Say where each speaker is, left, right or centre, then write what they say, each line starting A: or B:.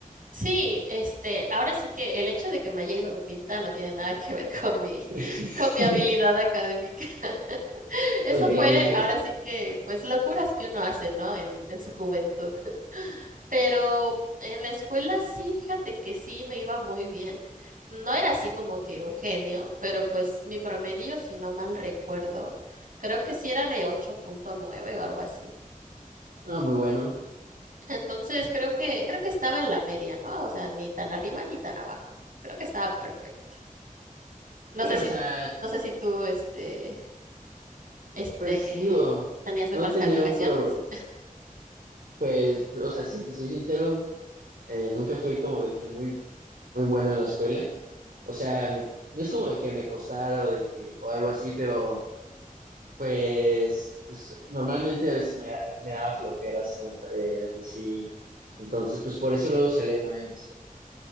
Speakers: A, on the right; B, on the right.
A: Sí, este, ahora sí que el hecho de que me haya ido de pinta no tiene nada que ver con mi,
B: <laughs>
A: <laughs> con mi habilidad académica. <laughs> Eso
B: Ok,
A: fue
B: ok.
A: ahora sí que, pues, locuras que uno hace, ¿no? En, en su juventud. Pero en la escuela sí, fíjate que sí me iba muy bien. No era así como que un genio, pero pues mi promedio, si no mal recuerdo, creo que sí era de ocho punto nueve o algo así.
B: Ah, muy bueno.
A: Entonces creo que, creo que estaba en la media, ¿no? O sea, ni tan arriba ni tan abajo. Creo que estaba perfecto. No
B: Bueno,
A: sé si,
B: o sea,
A: no sé si tú, este, este,
B: pues digo,
A: tenías mejores
B: no tenía
A: calificaciones.
B: un problema. Pues, o sea, si te soy sincero, eh, nunca fui como de que muy, muy bueno en la escuela. O sea, m- no es como de que me costara o de que, o algo así, pero pues, pues normalmente a veces me, da- me daba flojera hacer las tareas y así. Entonces, pues por eso luego salía mal en la escuela.